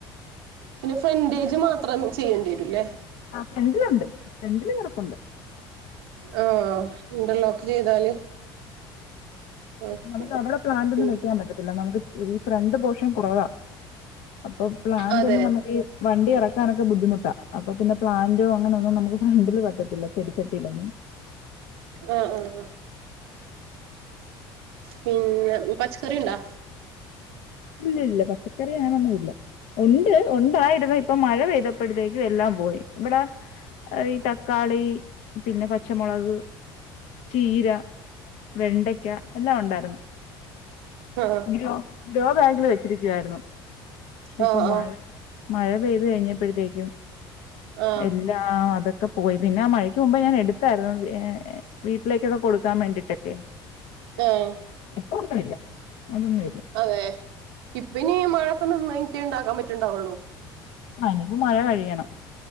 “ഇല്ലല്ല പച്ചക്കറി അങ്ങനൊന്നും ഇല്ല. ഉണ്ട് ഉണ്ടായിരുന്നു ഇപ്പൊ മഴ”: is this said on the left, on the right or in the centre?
Left